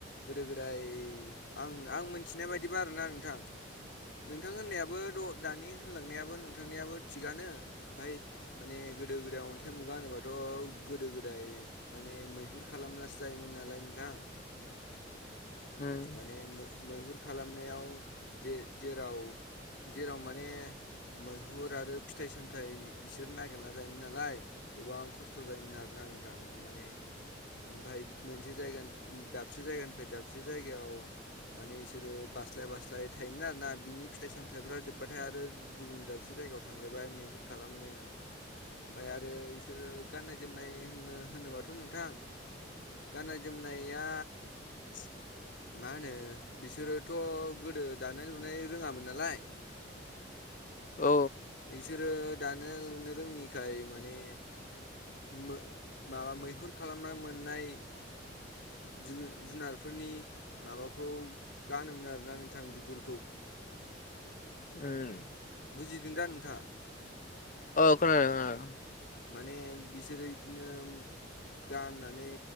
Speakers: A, on the left; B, on the left.
A: गोदो गोदाय आं आं मिथिनाय बायदिबा आरोना नोंथां नोंथां होननायाबो' दानि होनलांनायाबो नोंथांनियाबो थिगानो ओमफाय माने गोदो गोदाय अन्थाइ मुगा होनोबाथ' गोदो गोदाय माने मैहुर खालामनासो जायोमोन नालाय नोंथां
B: उम
A: माने मैहुर खालामनायाव जे जेराव जेराव माने मैहुर आरो फिथाइ सामथायाइ इसोर नागिरना जायोमोन नालाय गोबां खस्थ' जायोमोन आरो ना ना नोंथां माने ओमफ्राय मोनसे जायगानि दाबसे जायगानिफ्राय दाबसे जायगायाव माने इसोरो बास्लाय बास्लाय थायोमोन आरो ना बिनि फिथाइ सामथायाइफ्रा जोब्बाथाय आरो गुबुन दाबसे जायगायाव थांलायबाय मैहुर खालामनो ओमफाय आरो इसोरो गाननाय जोमनाय होन होनोबाथ' नोंथां गाननाय जोमनाया
B: <unintelligible>
A: मा होनो बिसोरोथ' गोदो दानाय लुनाय रोङामोन नालाय
B: औ
A: इसोरो दानो लुनो रोङिखाय माने मो- माबा मैहुर खालामना नाय जु जुनारफोरनि माबाखौ गानोमोन आरोना नोंथां बिगुरखौ
B: उम
A: बुजिदों दा नोंथाङा?
B: औ खोनादों
A: माने बिसोरो बिदिनो गाननानै